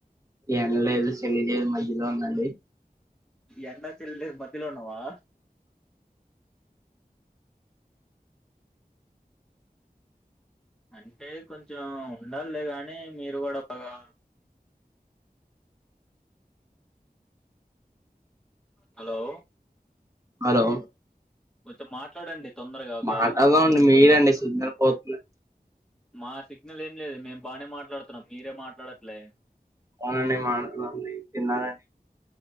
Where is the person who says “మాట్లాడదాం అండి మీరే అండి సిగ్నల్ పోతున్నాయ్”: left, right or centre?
Right